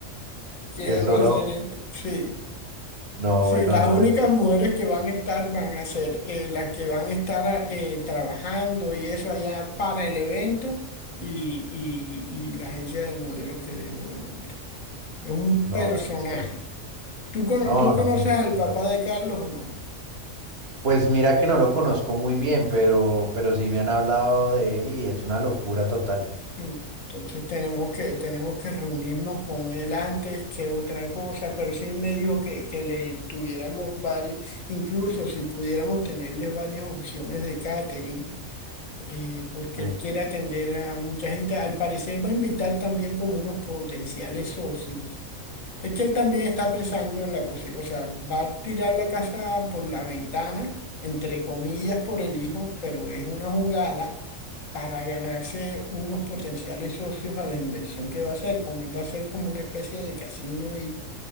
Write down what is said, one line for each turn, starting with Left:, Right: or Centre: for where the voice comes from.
Left: quiero
Right: Que solo,
Left: hacer esto. Sí.
Right: no,
Left: Sí,
Right: bueno,
Left: las
Right: no,
Left: únicas
Right: es-
Left: mujeres que van a estar van a ser eh, las que van a estar eh, trabajando y eso allá para el evento y, y- y la agencia de modelos que dijo el hombre. Es un
Right: no,
Left: personaje.
Right: esto,
Left: ¿Tú, cono-
Right: no,
Left: tú
Right: no.
Left: conoces
Right: no.
Left: al
Right: no,
Left: papá
Right: no.
Left: de Carlos o no?
Right: Pues mira que no lo conozco muy bien, pero, pero sí me han hablado de él y es una locura total.
Left: Mm, Entonces tenemos que, tenemos que reunirnos con él antes que otra cosa, pero sí me dijo que, que le tuviéramos varios, incluso si pudiéramos tenerle varias opciones de catering eh, porque
Right: Sí.
Left: él quiere atender a mucha gente. Al parecer va a invitar también como unos potenciales socios. Es que él también está pensando en la posibilidad, o sea, va a tirar la casa por la ventana, entre comillas, por el hijo, pero es una jugada para ganarse unos potenciales socios a la inversión que va a hacer, como él va a hacer como una especie de casino ahí.